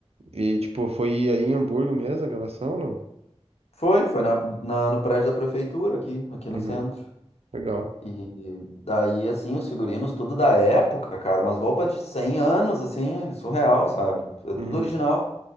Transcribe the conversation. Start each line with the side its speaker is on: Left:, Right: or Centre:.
Right: E, tipo, foi aí em Hamburgo mesmo a gravação ou não?
Left: Foi, foi na, na- no prédio da prefeitura aqui, aqui no
Right: Uhum,
Left: centro.
Right: legal.
Left: E daí, assim, os figurinos, tudo da época, cara, umas roupas de 100 anos, assim, surreal, sabe? É tudo
Right: Uhum,
Left: original.